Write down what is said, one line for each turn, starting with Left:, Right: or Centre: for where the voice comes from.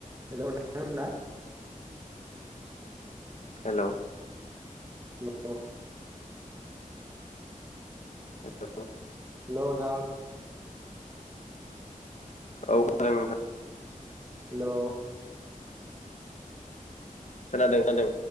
Right: होलौ नोंथां खोनादोंना?
Left: हेलौ
Right: न
Left: हेलौ
Right: हेलौ नोंथां।
Left: औ खानादों नोंथां।
Right: हेल
Left: खोनादों खोनादों